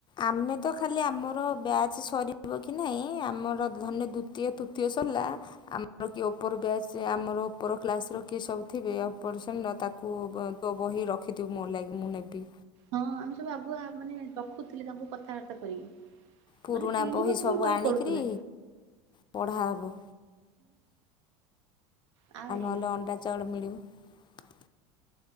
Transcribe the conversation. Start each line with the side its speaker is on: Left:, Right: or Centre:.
Left: ଆମେ ତ ଖାଲି ଆମର ବ୍ୟାଚ୍ ସରିବ କି ନାହିଁ ଆମର ଧର୍ ନେ ଦୁତୀୟ ତୁତୀୟ ସର୍ ଲା ଆମର କିଏ ଉପର ବ୍ୟାଚ ଆମର ଉପର କ୍ଲାସ୍ ର କିଏ ସବୁ ଥିବେ ଅପର ସର୍ ଲା ତାକୁ ତୋ ବହି ରଖିଥିବୁ ମୋ ଲାଗି ମୁଁ ନେବି
Right: ହଁ ଆମେ ସବୁ ଆଗୁଆ ମାନେ ରଖୁଥିଲି ତାଙ୍କୁ କଥାବାର୍ତ୍ତା କରିକି
Left: ପୁରୁଣା
Right: ନହେଲେ କିଣିବାକୁ
Left: ବହି ସବୁ
Right: ବି
Left: ଆଣିକିରି
Right: ପଡୁଥିଲା।
Left: ପଢ଼ା ହବ।
Right: ଆ ଏ
Left: ମାନେ ଅଣ୍ଡା ଚାଉଳ ମିଳିବ